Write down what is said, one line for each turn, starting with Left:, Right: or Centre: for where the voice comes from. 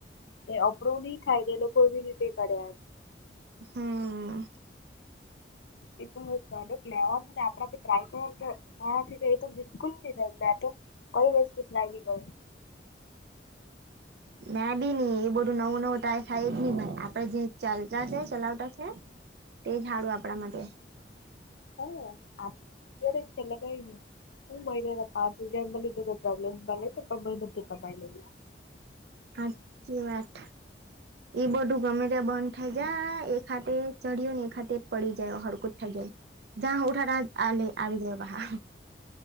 Left: એ અપ્રુવ નઈ થાય, તે લોકો એવી રીતે કરે.
Right: હમ.
Left: એ તો પ્રોડક્ટ લેવા પડે આપડાથી ટ્રાય કરવા ન ત. મારાથી ત એ તો બિલકુલ ની થાય, મે ત કઈ વસ્તુ ટ્રાય ની કરુ.
Right: મે બી ની એ બધું નવું નવું તાય થાય જ ની ભઈ, આપડે જે ચાલતા છે ચલાવતા છે. તે જ હાડું આપડા માટે.
Left: હા આપ્યરજ છે એટલે કઈ ની. હું મહિનાના પાંચ હજાર મલી તોઈ પ્રોબ્લેમ મલે કે તો <unintelligible> કમાઈ લેવ.
Right: હાચી વાત. એ બધું ગમે ત બંધ ઠઇ જાય. એક હાટે ચઢ્યો ને એક હાટે પડી જાય, હડકું જ થઇ જાય. જાં ઉઠા ટા જ આલે આવી દે બાહા.